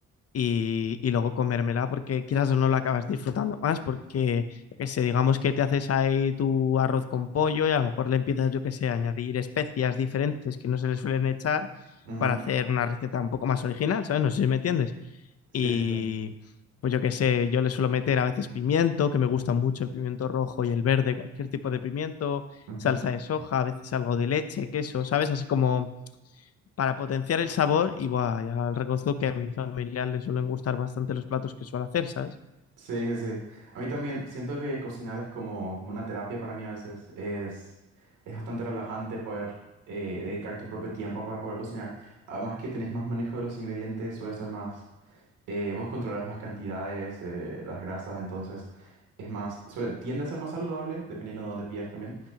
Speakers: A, on the left; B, on the right.
A: y, y luego comérmela porque quieras o no la acabas disfrutando más porque, yo qué sé, digamos que te haces ahí tu arroz con pollo y a lo mejor le empiezas, yo qué sé, a añadir especias diferentes que no se le suelen echar
B: Ujú.
A: para hacer una receta un poco más original, ¿sabes? No sé si me entiendes.
B: Sí,
A: Y
B: sí, sí.
A: pues yo qué sé, yo le suelo meter a veces pimiento, que me gusta mucho el pimiento rojo y el verde, cualquier tipo de pimiento,
B: Ujú.
A: salsa de soja, a veces algo de leche, queso, ¿sabes? Así como para potenciar el sabor y buah, ya reconozco que a mi familia le suelen gustar bastante los platos que suelo hacer, ¿sabes?
B: Sí, sí, sí. A mí también siento que cocinar es como, como una terapia para mí a veces. Es, es bastante relajante poder eh, dedicar tu propio tiempo para poder cocinar. Además que tenés más manejo de los ingredientes, suele ser más... eh, vos controlas las cantidades, eh, las grasas, entonces es más... Suele, tiende a ser más saludable, dependiendo de dónde pidas también.